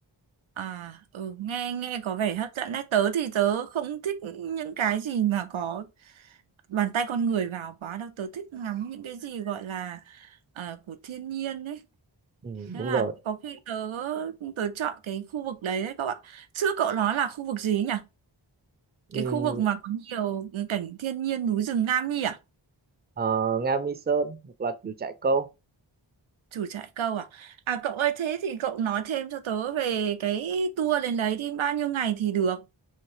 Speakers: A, on the right (about 80°); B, on the right (about 20°).
A: À, ừ, nghe nghe có vẻ hấp dẫn đấy. Tớ thì tớ không thích những cái gì mà có bàn tay con người vào quá đâu. Tớ thích ngắm những cái gì gọi là à, của thiên nhiên ấy.
B: Ừ,
A: Thế
B: đúng
A: là
B: rồi.
A: có khi tớ tớ chọn cái khu vực đấy đấy cậu ạ. Trước cậu nói là khu vực gì ấy nhỉ?
B: Ừ,
A: Cái khu vực mà có nhiều cảnh thiên nhiên núi rừng Nam Nhi à?
B: ờ, Nga Mi Sơn hoặc là kiểu trại câu.
A: Chủ trại câu à? À cậu ơi thế thì cậu nói thêm cho tớ về cái tour đến đấy đi bao nhiêu ngày thì được?